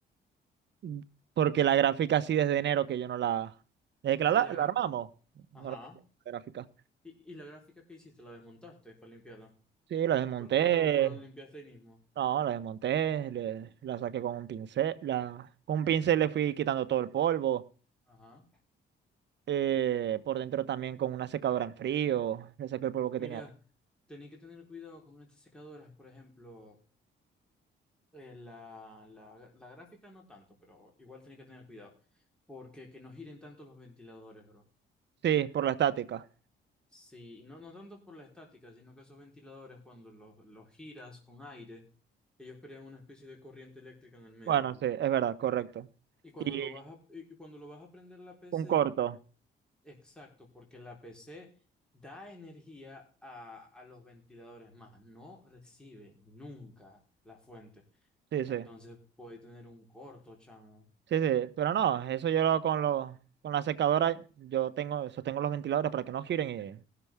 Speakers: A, on the right; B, in the centre.
A: Mm, Porque
B: Ok.
A: la gráfica así desde enero que yo no la... Desde que la, la
B: ¿Y la gra-
A: la armamos,
B: Ajá.
A: no la metí en la gráfica.
B: ¿Y, y la gráfica que hiciste? ¿La desmontaste para limpiarla?
A: Sí, la desmonté.
B: ¿O, o, o- o la limpiaste ahí mismo?
A: No, la desmonté, le- la saqué con un pincel. La, con un pincel le fui quitando todo el polvo.
B: Ajá.
A: eh, por dentro también con una secadora en frío. Le saqué el polvo que
B: Mira,
A: tenía.
B: tenés que tener cuidado con estas secadoras, por ejemplo. Eh, la, la, la gráfica no tanto, pero igual tenés que tener cuidado. Porque que no giren tanto los ventiladores, bro.
A: Sí, por la estática.
B: Sí, y no, no tanto por la estática, sino que esos ventiladores, cuando los, los giras con aire, ellos crean una especie de corriente eléctrica en el medio.
A: Bueno, sí, es verdad, correcto.
B: Y cuando
A: Y
B: lo vas a, y y cuando lo vas a prender la PC,
A: un corto.
B: exacto, porque la PC da energía a, a los ventiladores, más no recibe nunca la fuente.
A: Sí, sí.
B: Entonces puede tener un corto, chamo.
A: Sí, sí, pero no, eso yo lo- con los, con la secadora, yo tengo, sostengo los ventiladores para que no giren